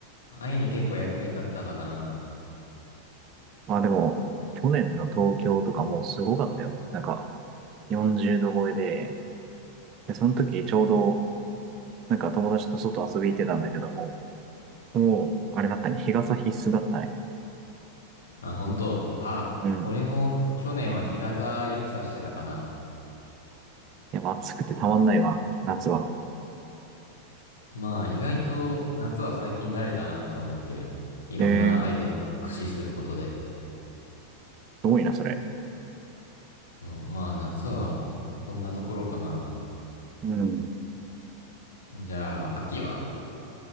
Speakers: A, on the left; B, on the right.
A: ああいうの結構役に立ったかな。
B: まあでも、去年の東京とかもうすごかったよ。なんか、40度超えで、で、その時ちょうど、なんか友達と外遊び行ってたんだけども、もう、あれだったね、日傘必須だったね。
A: あ、本当あ、
B: うん。
A: 俺も去年は日傘よくさしてたかな。
B: いや、暑くてたまんないわ、夏は。
A: まあ、意外と夏は最近慣れたなって思ってる。いろんなアイテムく駆使することで。
B: ええ、すごいな、それ。
A: そう、まあ、夏はこんなところかな。
B: うん。
A: じゃあ、秋は